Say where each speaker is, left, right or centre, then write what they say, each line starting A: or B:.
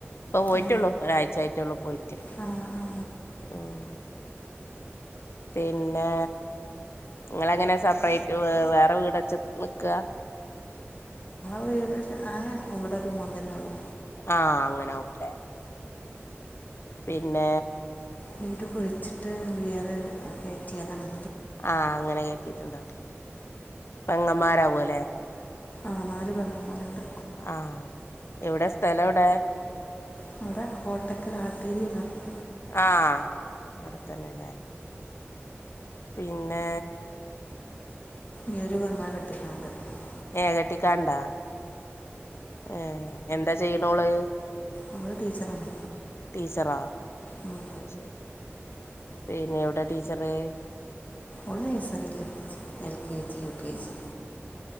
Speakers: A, on the left; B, on the left.
A: ഇപ്പൊ പോയിട്ടുള്ളു
B: ആ
A: ഒരാഴ്ച ആായിട്ടുള്ളൂ പോയിട്ട്
B: ആ ആ
A: ഉം പിന്നെ നിങ്ങളെങ്ങനെ സെപ്പറേറ്റ് വേറെ വീട്ച്ച നിക്കുക
B: വീട്ടട്ട് ആയാ ഇവിടെ ഒരു മൂൻ തന്നെ ഉള്ളൂ
A: ആഹ അങ്ങനെ ആവല്ലേ പിന്നെ
B: വീട് കുഴിച്ചിട്ട് വേറെ കയറ്റിയതാ മ
A: ആഹ അങ്ങനെ കയറ്റിട്ടുണ്ടാവല പെങ്ങമാരാവുല്ലെ
B: ആ നാല് പെങ്ങന്മാരുണ്ട്
A: ആഹ എവിടെ സ്ഥലം ഇവിടൊ
B: നവിടെ കോട്ടക്കൻ ആട്ടീരി എന്നന്ന് പറയും
A: ആഹ അവിടെത്തന്നെല്ലേ പിന്നെ
B: ഞ ഒരു വെങ്ങ കെട്ടിട്ടണ്ട് <unintelligible>
A: ഏകട്ടിക്കാണ്ടാ ഏ എന്താ ചെയ്യണോള്
B: അവൾ ടീച്ചറാണ്
A: ടീച്ചറ
B: ഉം.
A: ശരി പിന്നെ എവിടെ ടീച്ചറ്
B: ഉള്ള സറില്ല L K G U K G